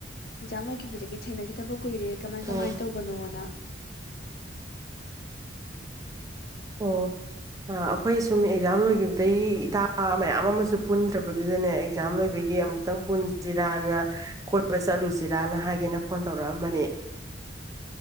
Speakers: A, on the left; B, on the right.
A: ꯑꯦꯛꯖꯥꯝ ꯂꯣꯏꯈꯤꯕꯗꯒꯤ ꯊꯦꯡꯅꯈꯤꯗꯕ ꯀꯨꯏꯔꯦ ꯀꯃꯥꯏ
B: ꯑꯣ
A: ꯀꯃꯥꯏꯅ ꯇꯧꯕꯅꯣꯅ
B: ꯑꯣ ꯑꯩꯈꯣꯏ ꯁꯨꯝ ꯑꯦꯛꯖꯥꯝ ꯂꯣꯏꯈꯤꯕꯗꯩ ꯏꯇꯥ ꯃꯌꯥꯝ ꯑꯃꯁꯨ ꯄꯨꯟꯗ꯭ꯔꯕꯗꯨꯗꯅꯦ ꯑꯦꯛꯖꯥꯝ ꯂꯣꯏꯕꯒꯤ ꯑꯃꯨꯛ ꯇꯪ ꯄꯨꯟꯁꯤꯔꯅ ꯀꯣꯏꯕ ꯆꯠꯂꯨꯁꯤꯔꯅ ꯍꯥꯏꯒꯦꯅ ꯐꯣꯟ ꯇꯧꯔꯛꯑꯝꯕꯅꯦ